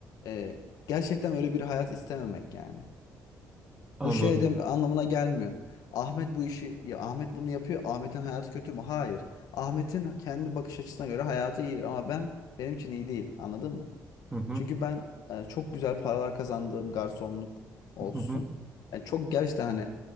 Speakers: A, on the left; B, on the right.
A: Ee, gerçekten öyle bir hayat istememek yani.
B: anladım.
A: Bu şey de anlamına gelmiyor. Ahmet bu işi ya Ahmet bunu yapıyor. Ahmet'in hayatı kötü mü? Hayır. Ahmet'in kendi bakış açısına göre hayatı iyidir ama ben benim için iyi değil. Anladın mı?
B: Hı hı,
A: Çünkü ben e, çok güzel paralar kazandığım garsonluk olsun.
B: hı hı,
A: Yani çok gerçekten hani